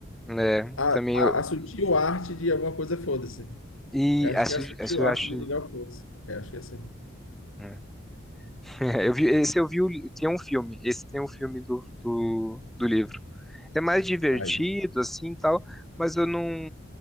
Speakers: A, in the centre; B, on the left.
A: É,
B: A,
A: também
B: a,
A: eu.
B: a sutil arte de alguma coisa, foda-se.
A: E
B: Eu acho
A: essa,
B: que é a sutil
A: essa eu
B: arte
A: acho.
B: de ligar o fluxo. Eu acho que é assim.
A: é. <laughs> Eu vi, esse eu vi. o li- Tem um filme. Esse tem um filme do, do, do livro. É mais divertido,
B: Aí.
A: assim tal, mas eu não.